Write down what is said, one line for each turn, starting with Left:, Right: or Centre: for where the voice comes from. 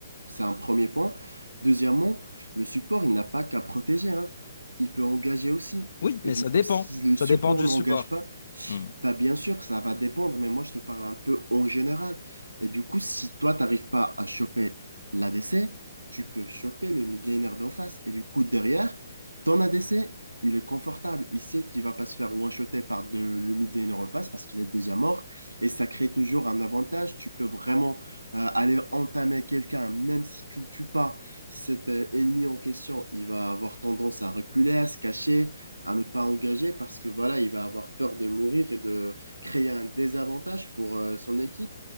Right: c'est un premier point. Deuxièmement, le support, il n'a pas qu'à protéger, hein. Il peut engager aussi.
Left: Oui,
Right: Et
Left: mais
Right: du
Left: ça dépend.
Right: coup, si le
Left: Ça
Right: support
Left: dépend du
Right: n'engage
Left: support.
Right: pas,
Left: Hmm.
Right: Bah, bien sûr, ça va dépendre, mais moi, je te parle un peu en général. Et du coup, si toi, t'arrives pas à choper l'ADC, tu peux choper le mid laner d'en face. Et du coup, derrière, ton ADC, il est confortable. Il sait qu'il va pas se faire one-shotter par de, le mid laner en face parce qu'il est déjà mort. Et ça crée toujours un avantage. Tu peux vraiment euh, aller entamer quelqu'un, même si tu le tues pas. Cet euh, ennemi en question, il va avoir tendance à reculer, à se cacher à ne pas engager parce que voilà, il va avoir peur de mourir et de créer un désavantage pour euh, son équipe.